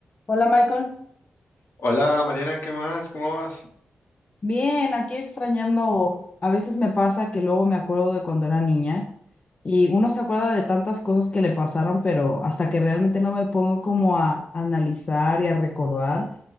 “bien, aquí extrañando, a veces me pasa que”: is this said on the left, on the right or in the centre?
Left